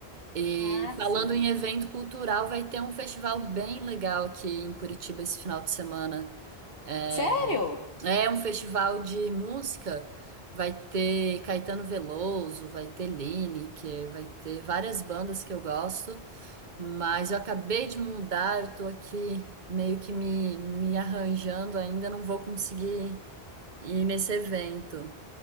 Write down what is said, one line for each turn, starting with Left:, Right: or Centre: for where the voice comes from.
Right: E
Left: Ah, sim.
Right: falando em evento cultural, vai ter um festival bem legal aqui em Curitiba esse final de semana. É,
Left: Sério?
Right: É um festival de música. Vai ter Caetano Veloso, vai ter Lineker, vai ter várias bandas que eu gosto, mas eu acabei de mudar, eu tô aqui meio que me, me arranjando ainda, não vou conseguir ir nesse evento.